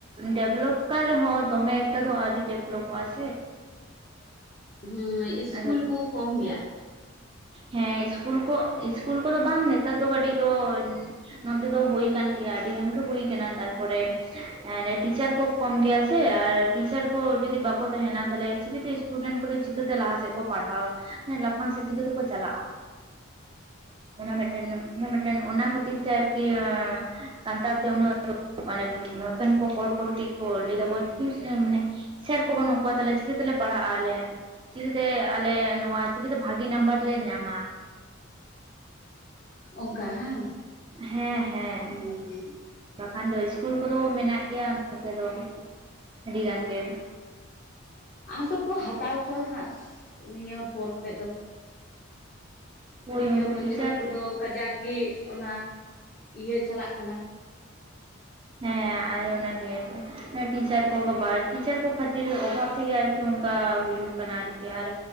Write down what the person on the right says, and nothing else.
ᱰᱮᱵᱷᱞᱚᱯ ᱠᱟᱱ ᱦᱚᱸ ᱫᱚᱢᱮ ᱮᱠᱴᱟ ᱫᱚ ᱟᱹᱰᱤ ᱰᱮᱵᱷᱞᱚᱯᱚᱜᱼᱟ ᱥᱮ
ᱟᱫᱚ
ᱦᱮᱸ ᱤᱥᱠᱩᱞ ᱠᱚ ᱤᱥᱠᱩᱞ ᱠᱚᱫᱚ ᱵᱟᱝ ᱱᱮᱛᱟᱨ ᱫᱚ ᱠᱟᱹᱴᱤᱡ ᱫᱚ ᱱᱚᱛᱮ ᱫᱚ ᱦᱩᱭ ᱠᱟᱱᱟ ᱜᱮᱭᱟ ᱟᱹᱰᱤ ᱜᱟᱱ ᱠᱚ ᱦᱩᱭ ᱟᱠᱟᱱᱟ ᱛᱟᱨᱯᱚᱨᱮ ᱴᱤᱪᱟᱨ ᱠᱚ ᱠᱚᱢ ᱜᱮᱭᱟ ᱥᱮ ᱟᱨ ᱴᱤᱪᱟᱨ ᱠᱚ ᱡᱩᱫᱤ ᱵᱟᱠᱚ ᱛᱟᱦᱮᱱᱟ ᱛᱟᱦᱚᱞᱮ ᱪᱤᱠᱟᱹᱛᱮ ᱥᱴᱩᱰᱮᱱᱴ ᱠᱚᱫᱚ ᱪᱤᱠᱟᱹᱛᱮ ᱞᱟᱦᱟ ᱥᱮᱫ ᱠᱚ ᱯᱟᱲᱦᱟᱣ ᱞᱟᱯᱷᱟᱝ ᱥᱮᱫ ᱪᱤᱠᱟᱹ ᱛᱮ ᱠᱚ ᱪᱟᱞᱟᱜᱼᱟ ᱚᱱᱟ ᱢᱤᱫ ᱴᱮᱱ ᱢᱤᱫ ᱴᱮᱱ ᱚᱱᱟ ᱠᱷᱟᱹᱛᱤᱨ ᱟᱨᱠᱤ ᱥᱟᱱᱛᱟᱲ ᱛᱮ ᱩᱱᱟᱹᱜ ᱢᱟᱱᱮ ᱱᱚᱛᱮ ᱱᱩᱠᱩ ᱦᱚᱲ ᱠᱚ ᱠᱟᱹᱴᱤᱡ ᱞᱟᱹᱭ ᱫᱟᱠᱚ ᱢᱟᱱᱮ ᱥᱮᱨ ᱠᱚ ᱵᱟᱹᱱᱩᱜ ᱠᱚᱣᱟ ᱛᱟᱦᱚᱞᱮ ᱪᱤᱠᱟᱹ ᱛᱮᱞᱮ ᱯᱟᱲᱦᱟᱜᱼᱟ ᱟᱞᱮ ᱪᱤᱠᱟᱹᱛᱮ ᱟᱞᱮ ᱱᱚᱣᱟ ᱪᱤᱠᱟᱹᱛᱮ ᱵᱷᱟᱜᱤ ᱱᱟᱢᱵᱟᱨ ᱞᱮ ᱧᱟᱢ
ᱦᱮᱸ ᱦᱮᱸ
ᱟᱱ ᱫᱚ ᱤᱥᱠᱩᱞ ᱠᱚᱫᱚ ᱢᱮᱱᱟᱜ ᱜᱮᱭᱟ ᱱᱚᱛᱮ ᱫᱚ ᱟᱹᱰᱤ ᱜᱟᱱ ᱜᱮ
ᱦᱳᱭ
ᱩᱱᱠᱩ
ᱴᱤᱪᱟᱨ
ᱦᱮᱸ ᱟᱨ ᱚᱱᱟ ᱜᱮ ᱴᱤᱪᱟᱨ ᱠᱚ ᱴᱤᱪᱟᱨ ᱠᱚ ᱠᱷᱟᱹᱛᱤᱨ ᱚᱵᱷᱟᱵ ᱛᱮᱜᱮ ᱟᱨᱠᱤ ᱚᱱᱠᱟ ᱦᱩᱭᱩᱜ ᱠᱟᱱᱟ ᱟᱨᱠᱤ ᱟᱨ